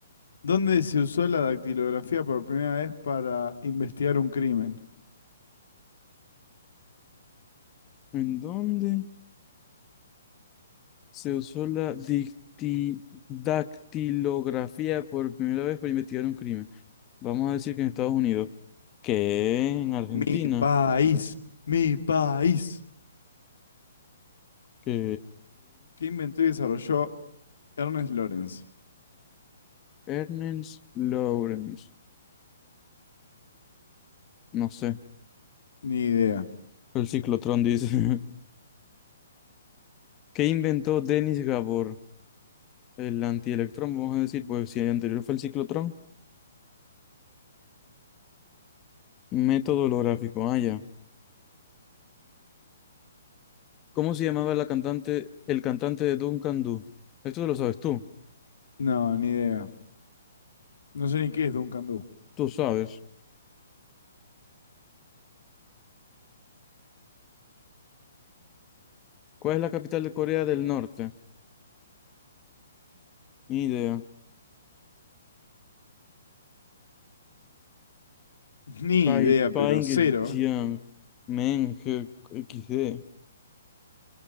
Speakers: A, on the left; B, on the left.
A: ¿Dónde se usó la dactilografía por primera vez para investigar un crimen?
B: ¿En dónde se usó la dicti- dactilografía por primera vez para investigar un crimen? Vamos a decir que en Estados Unidos. ¿Qué? ¿En Argentina?
A: Mi país, mi país.
B: ¿Qué?
A: ¿Qué inventó y desarrolló Ernest Lawrence?
B: Ernest Lawrence. No sé.
A: Ni idea.
B: El ciclotrón dice. <laughs> ¿Qué inventó Denis Gabor? El antielectrón, vamos a decir, pues si el anterior fue el ciclotrón. Método holográfico. Ah, ya. ¿Cómo se llamaba la cantante, el cantante de Duncan Du? Esto lo sabes tú.
A: No, ni idea. No sé ni qué es Duncan Du.
B: Tú sabes. ¿Cuál es la capital de Corea del Norte? Ni idea.
A: Ni
B: Pai-
A: idea, pero
B: Pyongyang.
A: cero.
B: Men, G- XD.